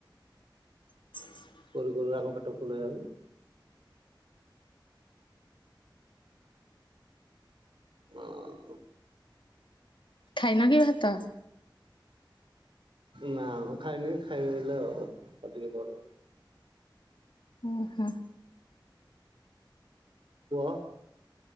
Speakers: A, on the left; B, on the right.
A: <inaudible>
B: କରୁକରୁ ଆ ପେଟ ଫୁଲ ହେଇଗଲାଣି। ହଁ
A: ଖାଇନ କି ଭାତ?
B: ନା ଖାଇନି ଖାଇବିଅବିକା ଆଉ ଆଉ ଟିକେ ପରେ।
A: ଆ ହା।
B: କୁହ।